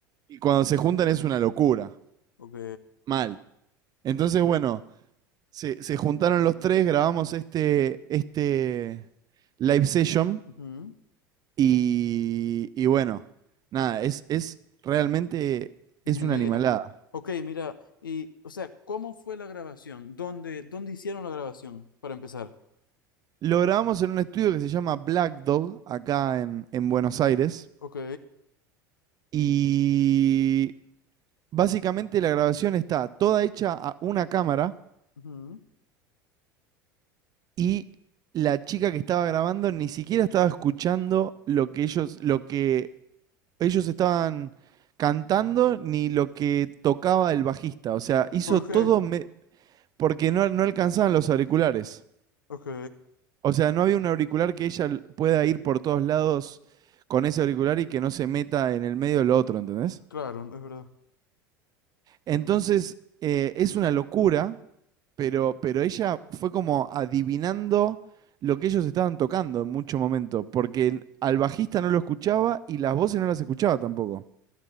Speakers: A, on the right (about 35°); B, on the left (about 80°).
A: Y cuando se juntan es una locura.
B: Ok.
A: Mal. Entonces, bueno, se, se juntaron los tres, grabamos este, este live session
B: ujú,
A: y, y bueno, nada, es, es realmente
B: Ingeniería.
A: es una animalada.
B: <laughs> Ok, mira, y, o sea, ¿cómo fue la grabación? ¿Dónde, dónde hicieron la grabación, para empezar?
A: Lo grabamos en un estudio que se llama Black Dog, acá en, en Buenos Aires.
B: Ok.
A: Y Básicamente la grabación está toda hecha a una cámara
B: ujú,
A: y la chica que estaba grabando ni siquiera estaba escuchando lo que ellos, lo que ellos estaban cantando ni lo que tocaba el bajista. O sea, hizo
B: ¿Por
A: todo
B: qué?
A: me- porque no, no alcanzaban los auriculares.
B: Ok,
A: O sea, no había un auricular que ella pueda ir por todos lados con ese auricular y que no se meta en el medio de lo otro, ¿entendés?
B: claro, es verdad.
A: Entonces, eh, es una locura pero, pero ella fue como adivinando lo que ellos estaban tocando en mucho momento, porque al bajista no lo escuchaba y las voces no las escuchaba tampoco.